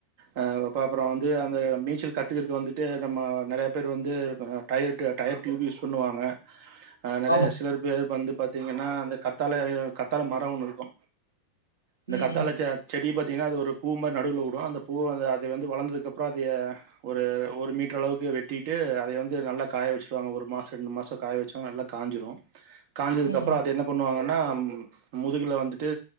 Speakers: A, on the right; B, on the left.
A: அ அப்ப அப்புற வந்து அந்த நீச்சல் கத்துக்கறக்கு வந்துட்டு நம்ம நெறய பேர் வந்து டயர்டு டயர் டியூப் யூஸ் பண்ணுவாங்க அ நெறைய
B: ஆமா
A: சிலர் பேர் வந்து பாரத்தீங்கன்னா அந்த கத்தால கத்தால மர ஒண்ணு இருக்கு இந்த
B: ம் ம்,
A: கத்தால ச செடி பாத்தீங்கன்னா அது ஒரு பூ மாரி நடுவுல உடு அந்த பூவ வந்து அத வந்து வளர்ந்ததுக்கு அப்புற அதய ஒரு ஒரு மீட்டர் அளவுக்கு வெட்டிட்டு அதய வந்து நல்லா காய வச்சுருவாங்க ஒரு மாச ரெண்டு மாச காய வச்சாங்க நல்லா காஞ்சுரு <unintelligible> காஞ்சதுக்கு
B: ம், ம்,
A: அப்புற அத என்ன பண்ணுவாங்கன்னா முதுகுல வந்துட்டு